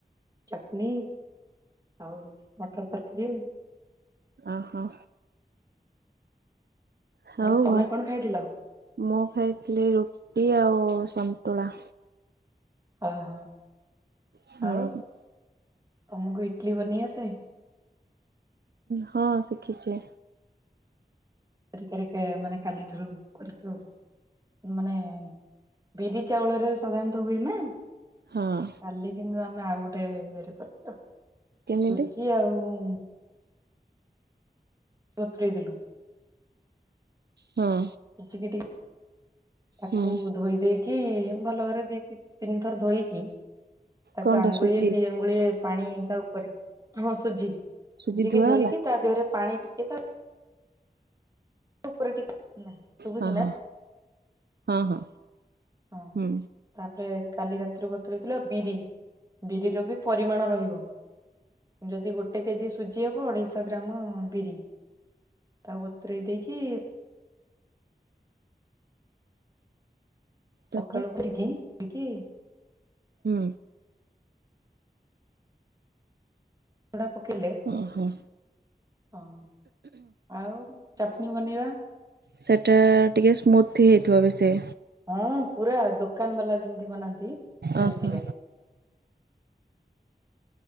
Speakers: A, on the right; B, on the right.
A: ଚଟଣୀ ଆଉ ମଟର୍ ତରକାରି।
B: ଓହୋ। ହଉ
A: ଆଉ ତମେ
B: ଆ
A: କଣ ଖାଇଥିଲ?
B: ମୁଁ ଖାଇଥିଲି ରୁଟି ଆଉ ସନ୍ତୁଳା।
A: ହଁ ହଁ
B: ହୁଁ
A: ଆଉ ତମକୁ ଇଡଲି ବନେଇ ଆସେ?
B: ହଁ ଶିଖିଛି।
A: ପରିକ ମାନେ କାଲିଠାରୁ କରିଛ ଆଉ ମାନେ ବିରି ଚାଉଳରେ ସାଧାରଣତଃ ହୁଏ ନା?
B: ହଁ।
A: କାଲି କିନ୍ତୁ ଆମେ ଆଉ ଗୋଟେ ଇଏରେ କରିଛୁ
B: କେମିତି?
A: ସୁଜି ଆଉ ବତରେଇଦେଲୁ
B: ହଁ।
A: ଯିବି ଟିକେ ତାକୁ
B: ହୁଁ
A: ଧୋଇ ଦେଇ କି ଭଲ ଘରେ ଦି ତିନି ଥର ଧୋଇକି ତାକୁ
B: କଣଟା
A: ଆଙ୍ଗୁଳିଏ
B: ସୁଜି
A: ଦି ଆଙ୍ଗୁଳିଏ ପାଣି ତା ଉପରେ ହଁ ସୁଝି ସୁଝିକି
B: ସୁଜି ଧୁଆ
A: ଧୋଇକି
B: ହେଲା?
A: ତା ଦେହରେ ପାଣି ଟିକେ ତା ଉପରେ ଟିକେ ହେଲା ଶୁଭୁଛି
B: ହଁ ହଁ
A: ନା
B: ହଁ ହଁ
A: ହଁ
B: ହୁଁ।
A: ତାପରେ କାଲି ରାତିରୁ ବତୁରଇଥିଲ ବିରି ବିରିର ବି ପରିମାଣ ରହିବ ଯଦି ଗୋଟେ କେଜି ସୁଜି ହବ ଅଢେଇ ଶହ ଗ୍ରାମ ବିରି ତାକୁ ବତୁରେଇ ଦେଇକି
B: ତାପରେ
A: ସକାଳୁ କରିକି କରିକି
B: ହୁଁ।
A: କପଡ଼ା ପକେଇଲେ
B: ଓହୋ।
A: ହଁ ଆଉ ଚଟଣି ବନେଇବା
B: ସେଇଟା ଟିକିଏ ସ୍ମୁଥି ହେଇଥିବ ବି ସେ
A: ହଁ ପୁରା ଦୋକାନ ବାଲା ଯେମିତି ବନାନ୍ତି ସେମିତିକା
B: ଓ ହୋ।